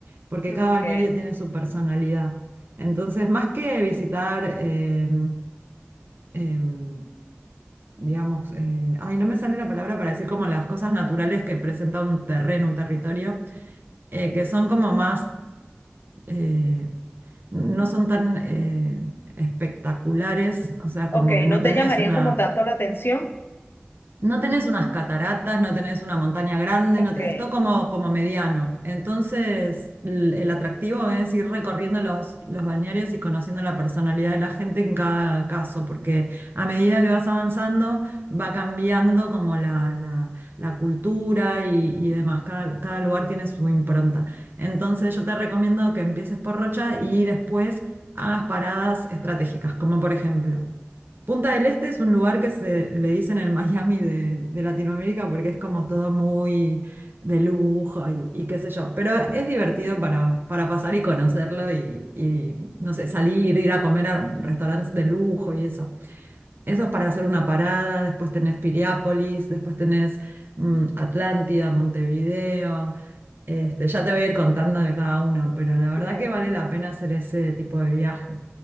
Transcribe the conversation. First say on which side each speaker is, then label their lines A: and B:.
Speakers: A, on the right; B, on the left.
A: porque
B: Ok,
A: cada balneario tiene su personalidad. Entonces, más que visitar, eh, em, digamos, eh, ay, no me sale la palabra para decir como las cosas naturales que presenta un terreno, un territorio, eh, que son como más, eh, no son tan eh, espectaculares, o sea,
B: ok,
A: como que no
B: no
A: tenés
B: te llamarían
A: una
B: como tanto la atención.
A: no tenés unas cataratas, no tenés una montaña grande,
B: Ok,
A: no tenés todo como, como mediano. Entonces, l- el, atractivo es ir recorriendo los, los balnearios y conociendo la personalidad de la gente en cada caso, porque a medida que vas avanzando, va cambiando como la, la- la cultura y, y demás. Cada, cada lugar tiene su impronta. Entonces, yo te recomiendo que empieces por Rocha y después hagas paradas estratégicas, como por ejemplo. Punta del Este es un lugar que se le dicen el Miami de, de Latinoamérica porque es como todo muy de lujo y, y qué sé yo. Pero es divertido para, para pasar y conocerlo y, y, no sé, salir, ir a comer a restaurantes de lujo y eso. Eso es para hacer una parada. Después tenés Piriápolis, después tenés mm, Atlántida, Montevideo. Este, ya te voy a ir contando de cada uno, pero la verdad
B: claro.
A: que vale la pena hacer ese tipo de viaje.